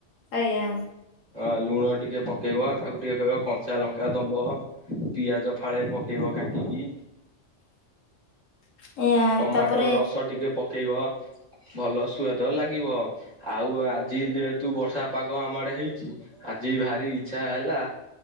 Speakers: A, on the left; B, on the right.
A: ଆଜ୍ଞା।
B: ଅ ଲୁଣ ଟିକେ ପକେଇବ ତାକୁ ଟିକେ କହିବ କଞ୍ଚା ଲଙ୍କା ଦବ ପିଆଜ ଫାଳେ ପକ ଦେବ କାଟିିକି।
A: ଆଜ୍ଞା
B: ଟମାଟର
A: ତାପରେ
B: ରସ ଟିକେ ପକେଇବ। ଭଲ ସୁଆଦ ଲାଗିବ ଆଉ ଆଜି ଯେହେତୁ ବର୍ଷା ପାଗ ଆମର ହେଇ ଆଜି ଭାରି ଇଚ୍ଛା ହେଲା